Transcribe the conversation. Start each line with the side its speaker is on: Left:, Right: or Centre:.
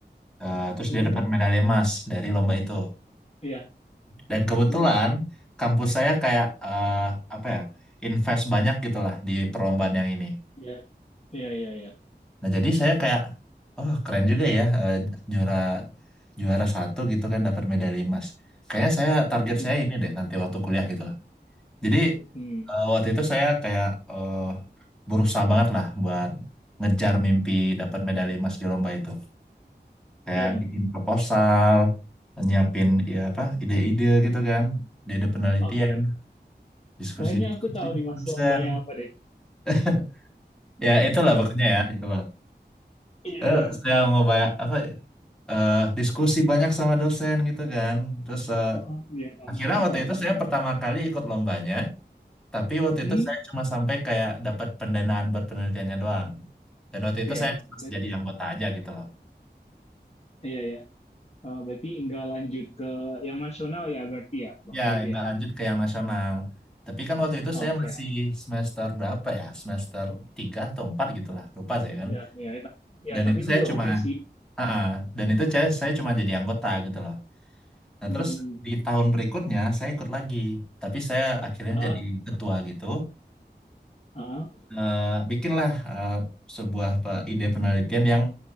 Centre: eh, terus
Left: Mm-mm.
Centre: dia dapat medali emas dari lomba itu.
Left: Iya,
Centre: Dan kebetulan,
Left: mm-mm.
Centre: kampus saya kayak, eh, apa ya, invest banyak gitu lah di perlombaan yang ini.
Left: iya, iya, iya, iya.
Centre: Nah, jadi saya kayak, oh keren juga ya eh, juara juara satu gitu kan dapat medali emas. Kayaknya saya target
Left: Mm,
Centre: saya ini deh nanti waktu kuliah gitu lah. Jadi
Left: mm,
Centre: eh, waktu itu saya kayak eh, berusaha banget lah buat ngejar mimpi dapat medali emas di lomba itu. Kayak
Left: iya.
Centre: bikin proposal, nyiapin ya apa ide-ide gitu kan, ide-ide penelitian,
Left: Oke,
Centre: diskusi-diskusi
Left: Kayaknya aku tahu nih mas
Centre: dosen.
Left: lombanya apa deh.
Centre: <laughs> Ya itulah pokoknya ya, itu
Left: Iya
Centre: eh,
Left: iya,
Centre: saya mau banyak apa eh, diskusi banyak sama dosen gitu kan terus eh,
Left: Ah, iya tahu
Centre: akhirnya
Left: tahu
Centre: waktu
Left: tahu.
Centre: itu saya pertama kali ikut lombanya tapi waktu
Left: Hmm,
Centre: itu saya cuma sampai kayak dapat pendanaan buat penelitiannya doang dan waktu itu
Left: iya
Centre: saya cuma
Left: berarti
Centre: jadi anggota aja gitu loh
Left: iya ya. berarti nggak lanjut ke yang nasional ya berarti ya waktu
Centre: ya
Left: itu
Centre: nggak
Left: ya.
Centre: lanjut ke yang nasional tapi kan waktu itu
Left: Oke,
Centre: saya masih semester berapa ya semester 3 atau 4 gitu lah lupa saya kan
Left: Iya iya itu ya
Centre: dan
Left: tapi
Centre: itu
Left: itu
Centre: saya
Left: udah
Centre: cuma
Left: oke sih.
Centre: ah, ah. dan itu saya, saya cuma jadi anggota gitu loh Nah,
Left: Hmm,
Centre: terus di tahun berikutnya saya ikut lagi, tapi saya akhirnya
Left: ah
Centre: jadi ketua gitu.
Left: ah,
Centre: Eh, bikinlah eh, sebuah pe- ide penelitian yang